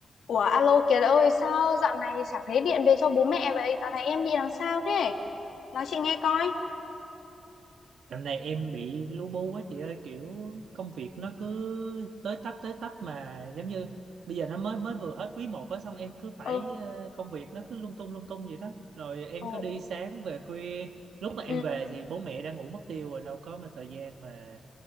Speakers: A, on the left; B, on the right.
A: Ủa alo Kiệt ơi sao dạo này chẳng thấy điện về cho bố mẹ vậy? Dạo này em bị làm sao thế? Nói chị nghe coi.
B: Dạo này em bị lu bu quá chị ơi kiểu công việc nó cứ tới tấp tới tấp mà giống như bây giờ nó mới mới vừa hết quý một á xong em cứ phải
A: Ừ,
B: ờ, công việc nó cứ lung tung lung tung vậy đó rồi em
A: ừ,
B: cứ đi sáng về khuya lúc mà
A: ừ,
B: em về thì bố mẹ đã ngủ mất tiêu rồi đâu có mà thời gian mà